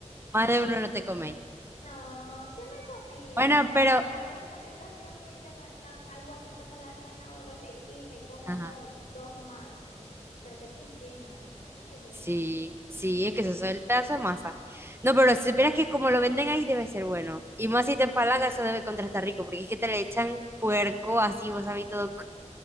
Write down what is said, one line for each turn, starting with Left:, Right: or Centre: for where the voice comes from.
Right: más de uno no te coméis.
Left: No, sí me he comido,
Right: Bueno,
Left: porque
Right: pero,
Left: a, a veces la situación que se me, no, hay guapito para la cena o algo así, y me como
Right: ajá.
Left: dos máximo, pero que eso llena ahí, también me llena.
Right: Sí, sí, es que eso es el pedazo de masa. No,
Left: Sí.
Right: pero si supieras que como lo venden ahí debe ser bueno. Y más si te empalaga, eso debe contrastar rico, porque es que te le echan puerco así, vos sabés todo.